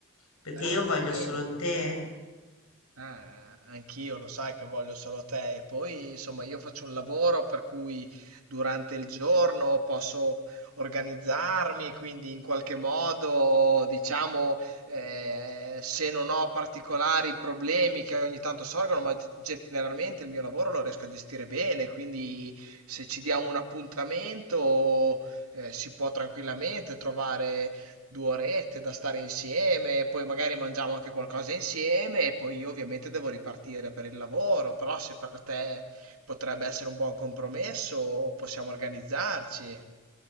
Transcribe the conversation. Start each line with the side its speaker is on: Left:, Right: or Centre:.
Left: perché
Right: Ah,
Left: io voglio
Right: va bene.
Left: solo te.
Right: Ah, anch'io lo sai che voglio solo te e poi insomma io faccio un lavoro per cui durante il giorno posso organizzarmi, quindi in qualche modo diciamo eh, se non ho particolari problemi che ogni tanto sorgono, ma ge- generalmente il mio lavoro lo riesco a gestire bene, quindi se ci diamo un appuntamento eh, si può tranquillamente trovare due orette da stare insieme, poi magari mangiamo anche qualcosa insieme e poi io ovviamente devo ripartire per il lavoro, però se per te potrebbe essere un buon compromesso possiamo organizzarci.